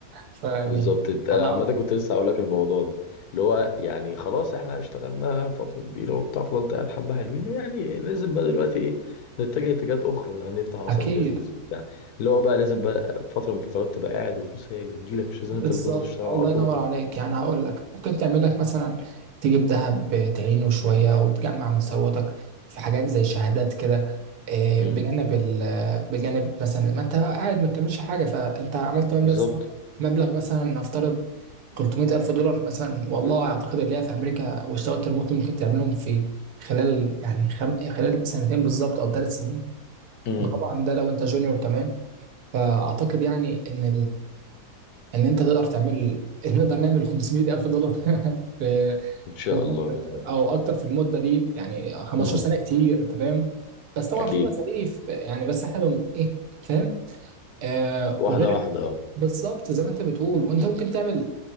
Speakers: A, on the right (about 75°); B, on the left (about 70°).
A: فيعني
B: بالظبط انا
A: أنا
B: عامه كنت لسه هقول لك الموضوع ده اللي هو يعني خلاص احنا اشتغلنا فتره كبيره وبتاع فضلت قاعد حبه حلوين يعني لازم بقى دلوقتي ايه نتجه اتجاهات اخرى يعني نفتح مثلا
A: أكيد
B: بيزنس بتاع اللي هو بقى لازم بقى فتره من الفترات تبقى قاعد وفلوس هي اللي تجيلك مش لازم
A: بالظبط
B: انت اللي تفضل تشتغل
A: الله
B: على طول
A: ينور عليك يعني هقول لك ممكن تعمل لك مثلا تجيب ذهب تعينه شوية وتجمع من ثروتك في حاجات زي شهادات كده إيه،
B: امم
A: بجانب ال بجانب مثلا ما انت قاعد ما بتعملش حاجة فانت عملت مبلغ
B: بالظبط
A: مبلغ مثلا نفترض 300 ألف دولار مثلا والله أعتقد اللي هي في أمريكا واشتغلت ريموتلي ممكن تعملهم في خلال يعني خم... خلال سنتين بالظبط أو ثلاث سنين
B: امم
A: وطبعا ده لو أنت جونيور كمان فأعتقد يعني إن ان انت تقدر تعمل نقدر نعمل 500 الف دولار <laughs> في
B: ان شاء
A: في-
B: الله باذن الله
A: او اكتر في المده دي يعني 15
B: امم
A: سنه كتير انت فاهم بس طبعا
B: اكيد
A: في مصاريف يعني بس احنا بم... ايه فاهم آه
B: واحده
A: وغير
B: واحده اه
A: بالظبط زي ما انت بتقول وانت ممكن تعمل